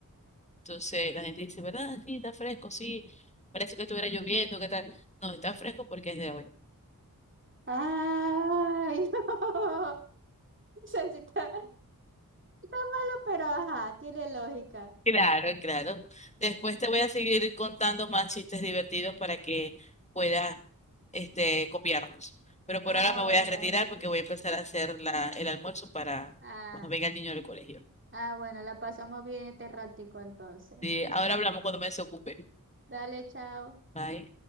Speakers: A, on the left; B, on the right.
A: Entonces la gente dice, ¿verdad? Sí, está fresco, sí. Parece que estuviera lloviendo, ¿qué tal? No, está fresco porque es de hoy.
B: Ay, <laughs> no. No sé si está, está malo, pero ajá, tiene lógica.
A: Claro, claro. Después te voy a seguir contando más chistes divertidos para que puedas este, copiarlos. Pero por
B: Ah,
A: ahora me voy
B: bueno.
A: a retirar porque voy a empezar a hacer la, el almuerzo para
B: Ah,
A: cuando venga el niño del colegio.
B: ah, bueno, la pasamos bien este ratico entonces.
A: Sí,
B: No,
A: ahora hablamos cuando me desocupe.
B: dale, chao.
A: Bye.